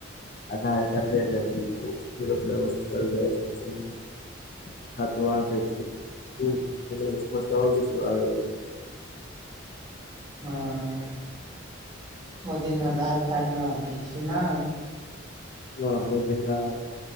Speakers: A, on the left; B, on the right.
A: आधा घंटा लए लेबै फेर चलि जाइ छी खाता आर देखु फेर फोटो घींचवाबै के छै
B: हँ ओ दिन आधार कार्ड न दै छै न
A: हँ ओ जेना